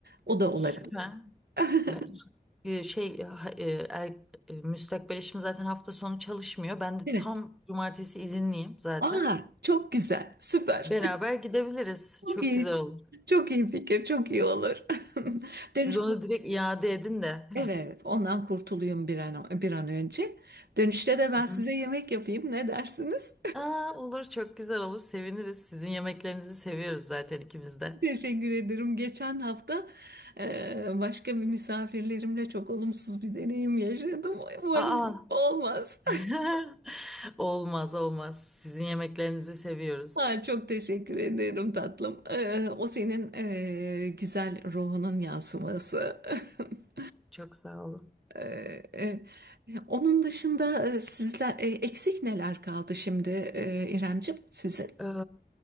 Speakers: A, on the right; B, in the centre.
A: o da olabilir.
B: Süper.
A: <laughs>
B: Ha- e, Şey ha- e, er, e, müstakbel eşim zaten hafta sonu çalışmıyor. Ben de
A: Evet.
B: tam cumartesi izinliyim zaten.
A: Aa, Çok güzel, süper.
B: Beraber gidebiliriz.
A: çok
B: Çok
A: iyi.
B: güzel olur.
A: Çok iyi fikir, çok iyi olur. <laughs>
B: Siz
A: Dönüş,
B: onu direkt iade edin de.
A: evet, ondan kurtulayım bir an, bir an önce. Dönüşte de ben
B: <laughs>
A: size yemek yapayım. Ne dersiniz?
B: Aa, olur çok güzel olur seviniriz. Sizin yemeklerinizi seviyoruz zaten ikimiz de.
A: Teşekkür ederim. Geçen hafta e, başka bir misafirlerimle çok olumsuz bir deneyim yaşadım. Umarım
B: Aa.
A: olmaz.
B: <laughs>
A: <laughs>
B: Olmaz olmaz. Sizin yemeklerinizi seviyoruz.
A: Ha, çok teşekkür ederim tatlım. E, o senin e, güzel ruhunun yansıması. <laughs>
B: Çok sağ olun.
A: E, e, onun dışında e, sizler e, eksik neler kaldı şimdi e, İremcim sizin?
B: Ee,